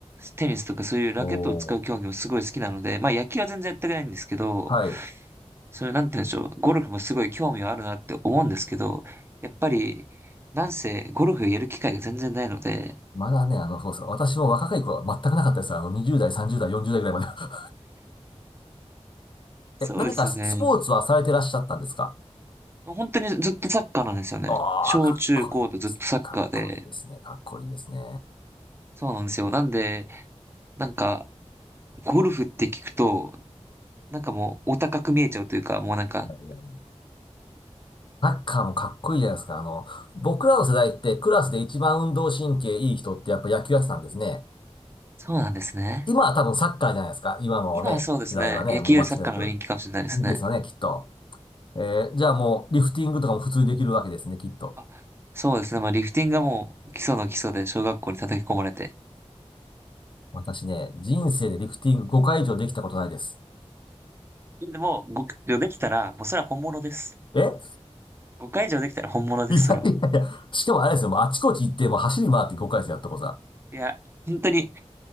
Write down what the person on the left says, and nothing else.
おー
はい。
まだね、あの、そうそう。私も若い頃は全くなかったです。あの、20代、30代、40代ぐらいま
で。<laughs> え、何かススポーツはされてらっしゃったんですか
ああー、
かっこいいですね。かっこいいですね。かっこいいですね。
いやいやサッカーもかっこいいじゃないですか。あの、僕らの世代ってクラスで一番運動神経いい人ってやっぱ野球やってたんですね。
今は多分サッカーじゃないですか。今のね、
時代はね、
もう間違いなく。いいですよね、きっと。えーじゃあもう、リフティングとかも普通にできるわけですね、きっと。
私ね、人生でリフティング5回以上できたことないです。
え
<laughs> いやいやいや。
しかもあれですよ、もうあちこち行って、もう走り回って5回生やったことさ。